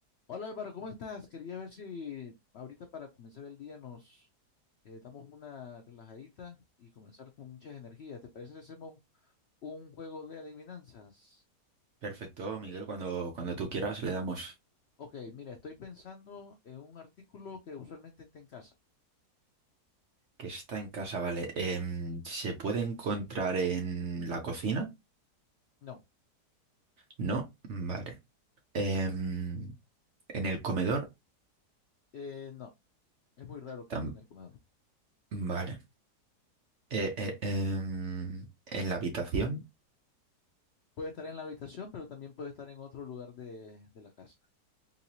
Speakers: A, on the left; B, on the right.
A: Hola Álvaro, ¿cómo estás? Quería ver si ahorita para comenzar el día nos eh, damos una relajadita y comenzar con muchas energías. ¿Te parece si hacemos un juego de adivinanzas?
B: Perfecto, Miguel, cuando, cuando tú quieras le damos
A: Ok, mira, estoy pensando en un artículo que usualmente esté en casa.
B: que está en casa, vale. Em, ¿se puede encontrar en la cocina?
A: No,
B: No, vale. Em, ¿en el comedor?
A: eh, no, es muy raro que
B: Tam-
A: esté en el comedor.
B: vale. Eh, eh, em, ¿en la habitación?
A: Puede estar en la habitación, pero también puede estar en otro lugar de, de la casa.